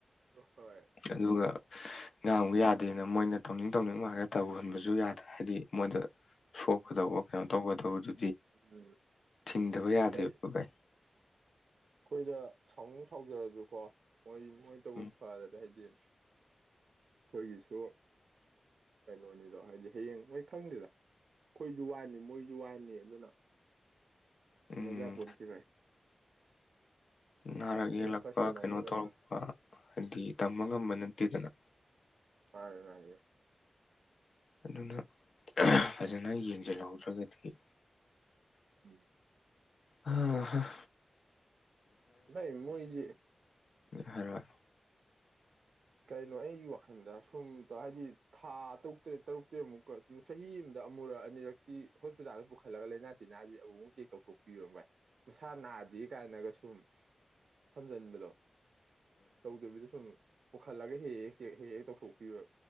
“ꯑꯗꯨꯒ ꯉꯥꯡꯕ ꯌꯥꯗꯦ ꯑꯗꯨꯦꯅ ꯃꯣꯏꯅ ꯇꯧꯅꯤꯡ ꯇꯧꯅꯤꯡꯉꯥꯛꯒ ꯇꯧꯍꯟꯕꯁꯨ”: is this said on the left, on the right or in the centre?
Left